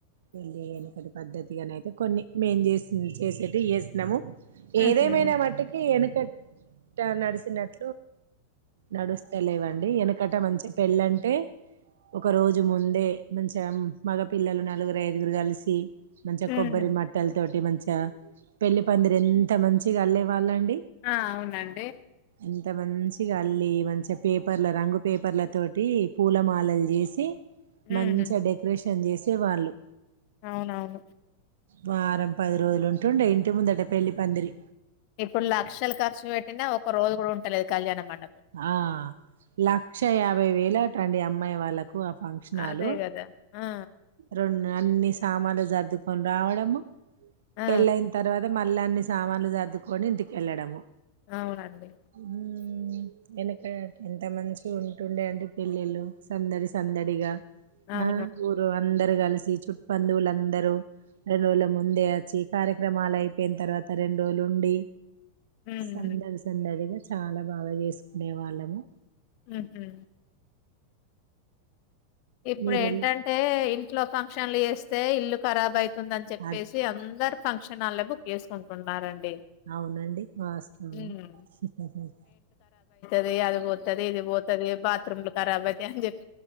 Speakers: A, on the right; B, on the left.
A: పెళ్లి ఎనకట్టి పద్ధతి ఇగాన అయితే కొన్ని మేం చేసి చేసేట్టు చేస్తున్నాము ఏదేమైనా
B: ఉహు
A: మాట్టికి వెనుక ఇట్ట నడిసినట్టు నడుస్త లేవండి వెనకట మంచిగా పెళ్ళంటే ఒక రోజు ముందే మంచిగా మగ పిల్లలు నలుగురు ఐదుగురు కలిసి మంచిగా
B: హ్మ్
A: కొబ్బరి మట్టల తోటి మంచి చ పెళ్లి పందిరి ఎంత మంచిగా అళ్లేే వాళ్ళండి
B: ఆ అవునండి
A: ఇంత మంచిగా అళ్ళి మంచిగా పేపర్ల రంగు పేపర్ల తోటి పూల మాలలు చేసి
B: హ్మ్
A: మంచిగ డకరేషన్ చేసి తె వాళ్ళు
B: అవునవును
A: వారం పది రోజులు ఉంటుండే ఇంటి ముందట పెళ్లి పందిరి
B: ఇప్పుడు లక్షలు ఖర్చు పెట్టినా ఒక రోజు కూ ఉంటలేదు కళ్యాణం మం
A: ఆ లక్ష యాభై వేల అట్ టండి అమ్మాయి వాళ్ళకు ఆ ఫంక్షనాలు
B: అదే గదా ఆ
A: రెండు అన్ని సామాన్లు సర్దుకొని రావడము
B: ఆ
A: పెళ్ళయిన్ తర్వాత మళ్ల అన్ని సామాన్లు సర్దుకొని ఇంటికి వెళ్ళడము
B: అవునండి
A: ఊహు వెనకట్ ఎంత మంచి ఉంటుండే అండి పెళ్లిలు సందడి సందడిగా
B: అవును
A: ఆ గురువా అందరు కలిసి చుట్బంధువులుందరూ రెండు రోజుల ముందే వచ్చి కార్యక్రమాలు అయిపోయిన తర్వాత రెండు రోజులుండి
B: హ్మ్
A: సందరి సందడి గ చాలా బాగా చేసు డేవలము
B: ఉ ఊ ఇప్పుడు
A: మీరెళ్ళి
B: ఏంటంటే ఇం ఇంట్లో ఫంక్షన్లు చేస్తే ఇల్లు ఖరాబ్ అయి తుందని చెప్పేసి
A: అద్
B: అందరు ఫంక్షన్ ఆల్ ల బుక్ చేసుకుంటున్నారండి
A: అవునండి వాస్తావం
B: హ్మ్
A: <unintelligible>
B: ఏ అది గొతది ఇది గోతది బాత్రూమ్ లో కరాబ్ ఐతయ్ ఆని చెప్